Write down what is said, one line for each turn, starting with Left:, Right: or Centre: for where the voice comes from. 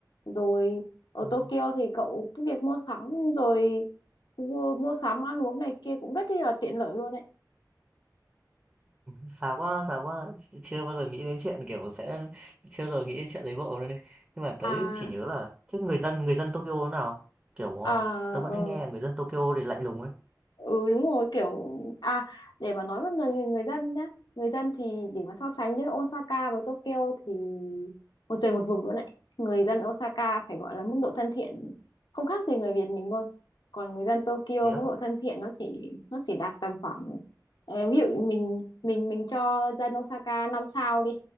Left: rồi ở
Right: ừm,
Left: Tokyo thì cậu cái việc mua sắm rồi mua, mua sắm ăn uống này kia cũng rất là tiện lợi luôn ấy
Right: xa quá, xa quá, chưa bao giờ nghĩ đến chuyện, kiểu, sẽ chưa bao giờ nghĩ đến chuyện lấy vợ luôn ấy. Nhưng mà tớ
Left: à
Right: cũng chỉ nhớ là thế người dân người dân Tokyo thế nào? Kiểu ờ,
Left: à
Right: tớ vẫn
Left: ờ,
Right: hay nghe là người dân Tokyo thì lạnh lùng ấy,
Left: ừ đúng rồi kiểu à để mà nói với người người, người dân nhá người dân thì để mà so sánh giữa Osaka với Tokyo thì một trời một vực luôn đấy người dân Osaka phải gọi là mức độ thân thiện không khác gì người Việt mình luôn còn người dân Tokyo
Right: thế
Left: mức
Right: á?
Left: độ thân thiện nó chỉ nó chỉ đạt tầm khoảng ờ, ví dụ mình mình mình cho dân Osaka 5 sao đi